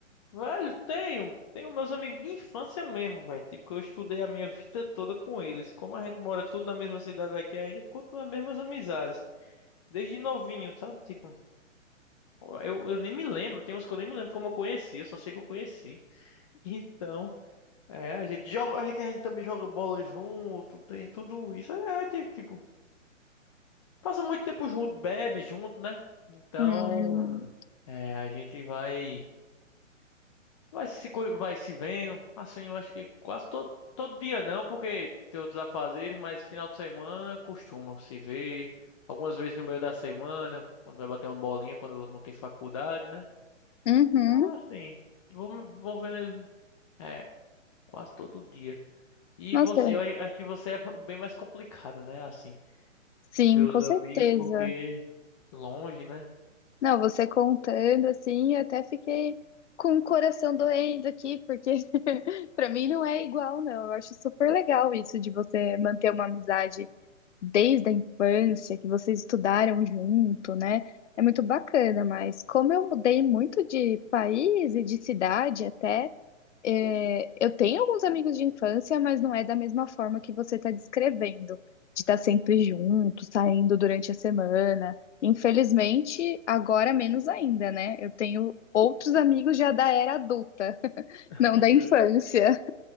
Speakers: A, on the left; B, on the left.
A: Velho, tenho. Tenho meus amigos de infância mesmo, velho. Tipo, que eu estudei a minha vida toda com eles. Como a gente mora tudo na mesma cidade aqui ainda, continua as mesmas amizades. Desde novinho, sabe? Tipo, eu, eu nem me lembro. Tem uns que eu nem me lembro como eu conheci. Eu só sei que eu conheci. <laughs> Então. É, a gente joga, é que a gente também joga bola junto, tem tudo isso. É, é, ti- tipo, passa muito tempo junto, bebe junto, né? Então,
B: Hum,
A: é, a gente vai vai se co- vai se vendo. Assim, eu acho que quase todo todo dia não, porque tem outros afazeres, mas final de semana costuma se ver algumas vezes no meio da semana, quando vai bater uma bolinha, quando não tem faculdade, né?
B: uhum,
A: Então, é assim, vou me- vou vendo ele, é, quase todo dia. E
B: nossa,
A: você, eu a- acho que você é <laughs> bem mais complicado, né? Assim,
B: sim,
A: ver os
B: com
A: amigos
B: certeza.
A: porque longe, né?
B: Não, você contando assim, eu até fiquei com o coração doendo aqui, porque <laughs> pra mim não é igual, não. Eu acho super legal isso de você manter uma amizade desde a infância, que vocês estudaram junto, né? É muito bacana, mas como eu mudei muito de país e de cidade até, é, eu tenho alguns amigos de infância, mas não é da mesma forma que você está descrevendo, de estar sempre junto, saindo durante a semana. Infelizmente, agora menos ainda, né? Eu tenho outros amigos já da era adulta, <laughs> não
A: <laughs>
B: da infância.